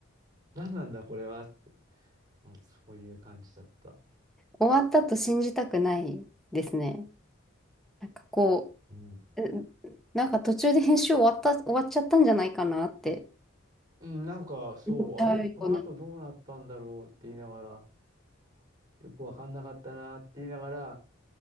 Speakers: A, on the right; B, in the centre.
A: う。何なんだ、これは。って。うん、そういう感じだった。
B: 終わったと信じたくないですね。なんかこ
A: うん。
B: う、えなんか途中で編集終わった、終わっちゃったんじゃないかなって
A: うん、なんか、そう、
B: 思っちゃうような。
A: あれ、この後どうなったんだろうって言いながら、よくわかんなかったなって言いながら、